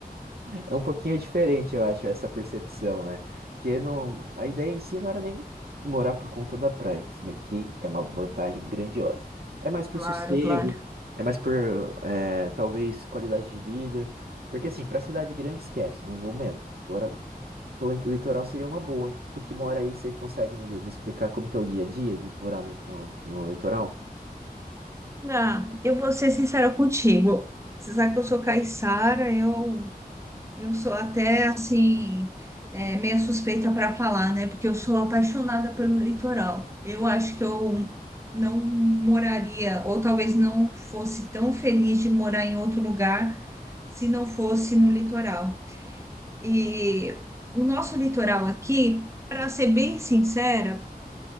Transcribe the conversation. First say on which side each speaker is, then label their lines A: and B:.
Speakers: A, on the right (about 75°); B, on the right (about 15°).
A: É um pouquinho diferente, eu acho, essa percepção, né? Porque não, a ideia em si não era nem morar por conta da praia, se bem que é uma vantagem grandiosa. É mais por
B: Claro,
A: sossego,
B: claro.
A: é mais por, é, talvez, qualidade de vida. Porque, assim, pra cidade grande, esquece, não vou mesmo. Agora, pro litoral seria uma boa. Tu que mora aí, você consegue me, me explicar como que é o dia a dia de morar no, no, no litoral?
B: Gá, eu vou ser sincera contigo. Você sabe que eu sou caiçara, eu, eu sou até assim, é, meio suspeita para falar, né? Porque eu sou apaixonada pelo litoral. Eu acho que eu não moraria, ou talvez não fosse tão feliz de morar em outro lugar se não fosse no litoral. E o nosso litoral aqui, para ser bem sincera,